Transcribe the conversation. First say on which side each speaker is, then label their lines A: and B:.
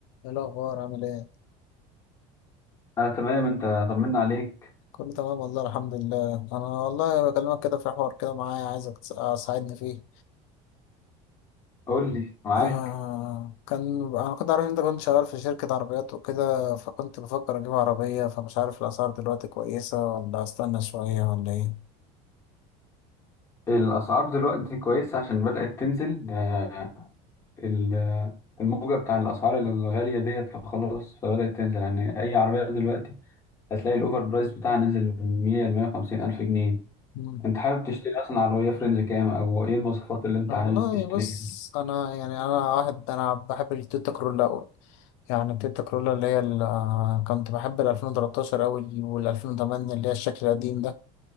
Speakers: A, on the left; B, on the left.
A: ايه الاخبار عامل ايه
B: انا تمام انت طمنا عليك
A: كله تمام والله الحمد لله انا والله بكلمك كده في حوار كده معايا عايزك تس- تساعدني فيه
B: قول لي معاك
A: آه كان انا كنت عارف إن انت كنت شغال في شركة عربيات وكده فكنت بفكر اجيب عربية فمش عارف الاسعار دلوقتي كويسة ولا استنى شوية ولا ايه
B: الاسعار دلوقتي كويسه عشان بدات تنزل يعني ال- الموجه بتاع الاسعار الغاليه ديت فخلاص فبدات تنزل يعني اي عربيه دلوقتي هتلاقي الاوفر برايس بتاعها نزل من 100 ل 150 الف جنيه
A: مم.
B: انت حابب تشتري اصلا عربيه فرنج كام او ايه المواصفات اللي انت
A: والله
B: عايز تشتريها
A: بص انا يعني انا واحد انا بحب التويوتا كرولا أوي يعني التويوتا كرولا اللي هي ال- آه، كنت بحب ال 2013 أوي وال 2008 اللي هي الشكل القديم ده،